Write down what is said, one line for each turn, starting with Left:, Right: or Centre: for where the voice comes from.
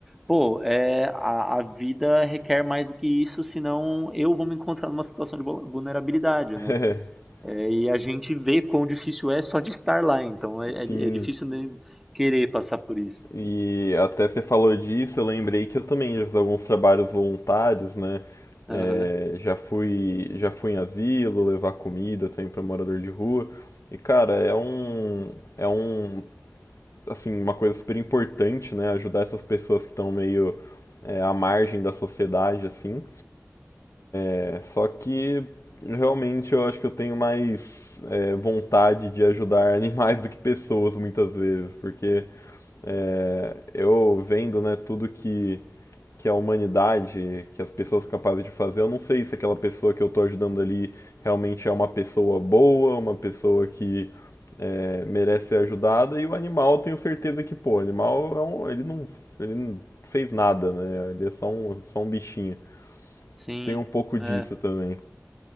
Centre: pô, é, a, a vida requer mais do que isso, senão eu vou me encontrar numa situação de vul- vulnerabilidade,
Left: <laughs>
Centre: né? É, e a gente vê quão difícil é só de estar lá, então é,
Left: É, sim.
Centre: é- é difícil nem querer passar por isso.
Left: E até você falou disso, eu lembrei que eu também já fiz alguns trabalhos voluntários, né? É,
Centre: Aham,
Left: já fui, já fui em asilo, levar comida também para morador de rua. E, cara, é um, é um, assim, uma coisa super importante, né? Ajudar essas pessoas que estão meio, é, à margem da sociedade, assim. É só que realmente eu acho que eu tenho mais é, vontade de ajudar <laughs> animais do que pessoas muitas vezes, porque é, eu vendo, né, tudo que, que a humanidade, que as pessoas são capazes de fazer, eu não sei se aquela pessoa que eu estou ajudando ali realmente é uma pessoa boa, uma pessoa que é, merece ser ajudada, e o animal eu tenho certeza que, pô, o animal é um, ele não, ele não fez nada, né? Ele é só um, só um bichinho.
Centre: Sim,
Left: Tem um pouco disso
Centre: é.
Left: também.